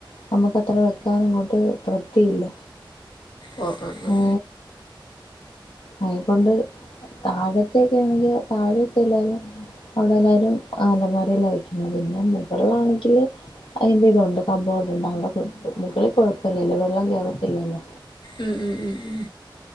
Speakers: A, on the left; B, on the left.
A: നമുക്ക് അത്ര വെക്കാനങ്ങോട്ട് തൃപ്തിയില്ല
B: ഓ ഉം ഉം
A: ഏ അയി കൊണ്ട് താഴത്തൊക്കെ ആണെങ്കിൽ താഴൊക്കെ എല്ലാരും അവിടെ എല്ലാവാരും അലമാരേൽ വയ്ക്കും പിന്നെ പിന്നെ മുകളിലാണെങ്കിൽ അതിൻ്റെ ഇതുണ്ട് കമ്പോർഡുണ്ട് അവിടെ മുകളിൽ കുഴപ്പല്ലല്ലോ വെള്ളം കയറത്തില്ലല്ലോ
B: ഉം ഉം ഉം ഉം